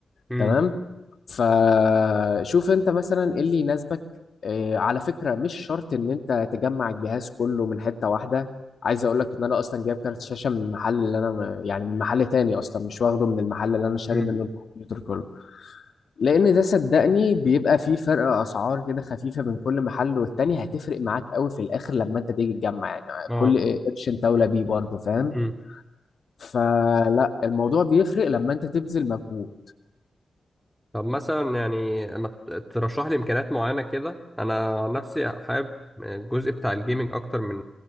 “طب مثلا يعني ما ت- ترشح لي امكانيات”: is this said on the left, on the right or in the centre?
Centre